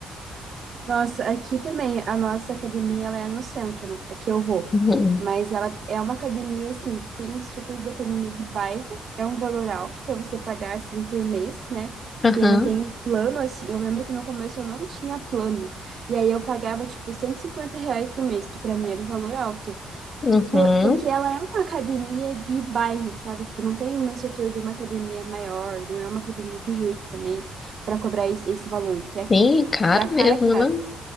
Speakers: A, on the right; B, on the left.
A: Nossa, aqui também, a nossa academia, ela é no centro, né? Aqui eu vou.
B: Uhum.
A: Mas ela é uma academia, assim, que tem estrutura de academia de bairro. É um valor alto para você pagar, assim, por mês, né?
B: Aham.
A: Quem não tem plano, assim... Eu lembro que no começo eu não tinha plano. E aí eu pagava, tipo, 150 reais por mês, que para mim era um valor alto.
B: Uhum.
A: Por- Porque ela é uma academia de bairro, sabe? Tipo, não tem uma estrutura de uma academia maior, não é uma academia de rede também para cobrar es- esse valor, que aqui
B: Sim, caro
A: para cá
B: mesmo,
A: é caro.
B: né?